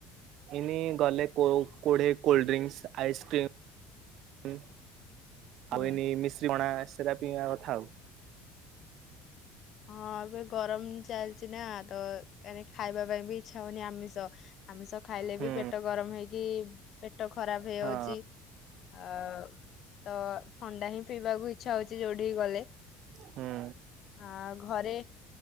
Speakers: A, on the right; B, on the left.
A: ଏଇନେ ଗଲେ କୋଉ କୋଡେ କୋଲଡ୍ରିଙ୍କସ୍ ଆଇସ୍କ୍ରିମ୍
B: ହୁଁ
A: ଆଉ ଏଇନେ ମିଶ୍ରୀ ପଣା ସେଟା ପିଇବା କଥା ଆଉ।
B: ହଁ ଏବେ ଗରମ ଚାଲିଛି ନା ତ ମାନେ ଖାଇବା ପାଇଁ ବି ଇଚ୍ଛା ହଉନି ଆମିଷ। ଆମିଷ ଖାଇଲେ
A: ହୁଁ
B: ବି ପେଟ ଗରମ ହେଇକି ପେଟ ଖରାପ ହେଇଯାଉଛି।
A: ହଁ
B: ଆଉ ତ ଥଣ୍ଡା ହିଁ ପିଇବାକୁ ଇଛା ହଉଛି ଯୋଉଠିିକି ଗଲେ।
A: ହୁଁ
B: ଆଉ ଘରେ